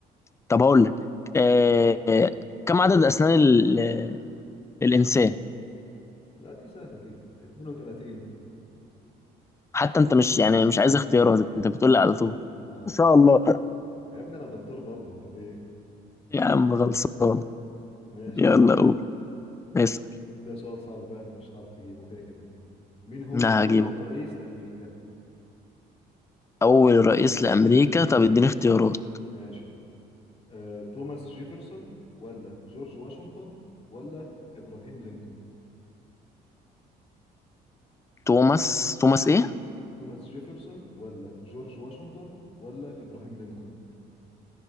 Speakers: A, on the left; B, on the left.
A: طب هقول لك آه كم عدد اسنان ال- الانسان
B: لا دي سهلة دي 32
A: حتى انت مش يعني مش عايز اختيارات انت بتقول
B: لا
A: لي
B: لا
A: على طول
B: اه
A: ان شاء الله
B: يا ابني انا دكتور برضه انت في ايه
A: يا عم خلصان
B: ماشي
A: يلا قول اسأل
B: ده سؤال صعب بقى انت مش هتعرف تجيبه كده كده مين هو
A: لا
B: اول
A: هجيبه كده.
B: رئيس لامريكا
A: اول رئيس لامريكا طب اديني اختيارات
B: ماشي آه، توماس جيفرسون ولا جورج واشنطن ولا ابراهيم لينكولن
A: توماس توماس ايه
B: توماس جيفرسون ولا جورج واشنطن ولا ابراهيم لينكولن